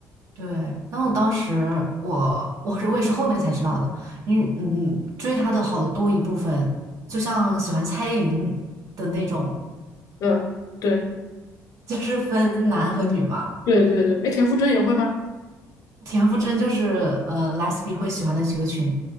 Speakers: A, on the right; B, on the left.
A: 对，然后当时我我是我也是后面才知道的，因为嗯追他的好多一部分，就像喜欢蔡依林的那种，
B: 嗯，对，
A: <laughs> 就是分男和女嘛。
B: 对对对，哎，田馥甄也会吗？
A: 田馥甄就是呃 Lesbi 会喜欢的几个群，